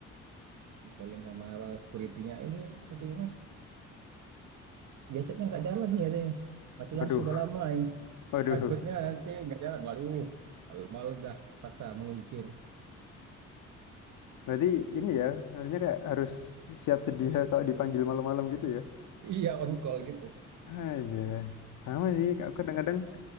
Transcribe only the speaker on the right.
di calling sama securitynya ini katanya mas gensetnya nggak jalan nih katanya mati lampu
udah lama ya
takutnya nanti nggak jalan waduh malam-malam dah paksa meluncur
iya on call gitu